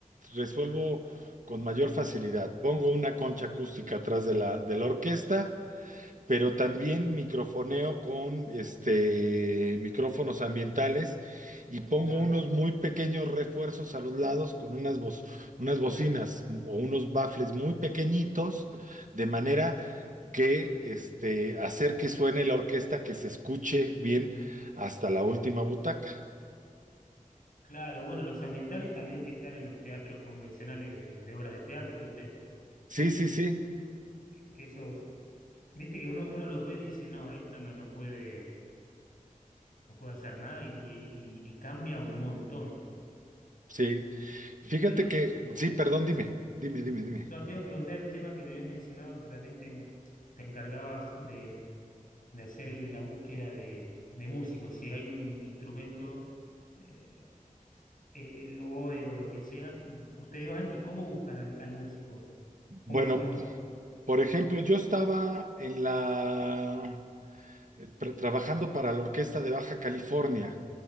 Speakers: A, on the right; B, on the left.
A: resuelvo con mayor facilidad. Pongo una concha acústica atrás de la, de la orquesta, pero también microfoneo con este, micrófonos ambientales y pongo
B: claro.
A: unos muy pequeños refuerzos a los lados con unas, bo- unas bocinas o unos bafles muy pequeñitos, de manera que este, hacer que suene la orquesta, que se escuche bien hasta la última butaca.
B: Claro, bueno, los ambientales también que están en los teatros convencionales de, de obras de teatro, ¿viste?
A: Sí, sí, sí,
B: Que, que esos, viste que uno, uno los ve y dice, no, esto no, no puede, no puede hacer nada y, y y- y cambia un montón.
A: sí. Fíjate
B: Y una
A: que, sí, perdón, dime, dime, dime, dime.
B: No, te iba a preguntar el tema que me habías mencionado, que también te, en- te encargabas de, de hacer la búsqueda de, de músicos. Si hay un instrumento, eh, el oboe o lo que sea, ustedes van y cómo buscan al, al músico.
A: Bueno,
B: ¿Cómo es? ¿Cómo es?
A: por ejemplo, yo estaba en la eh, tra- trabajando para la Orquesta de Baja California,